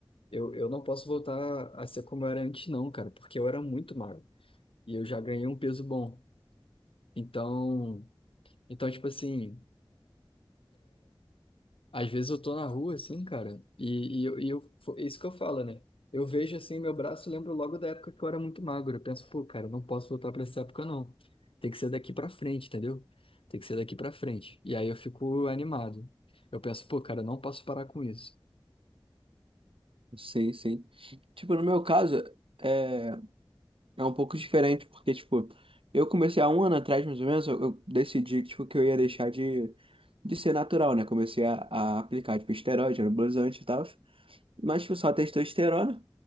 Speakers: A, on the left; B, on the right.
A: eu, eu não posso voltar a ser como eu era antes, não, cara, porque eu era muito magro. E eu já ganhei um peso bom. Então, então, tipo assim. Às vezes eu tô na rua, assim, cara, e, e, eu, e eu- fo- é isso que eu falo, né? Eu vejo, assim, meu braço, eu lembro logo da época que eu era muito magro. Eu penso, pô, cara, eu não posso voltar pra essa época, não. Tem que ser daqui pra frente, entendeu? Tem que ser daqui pra frente. E aí eu fico animado. Eu penso, pô, cara, eu não posso parar com isso.
B: Sim, sim. Tipo, no meu caso, é, é um pouco diferente, porque, tipo, eu comecei há um ano atrás, mais ou menos, eu, eu decidi, tipo, que eu ia deixar de, de ser natural, né? Comecei a, a aplicar, tipo, esteroide, anabolizante e tal. mas tipo, só testosterona.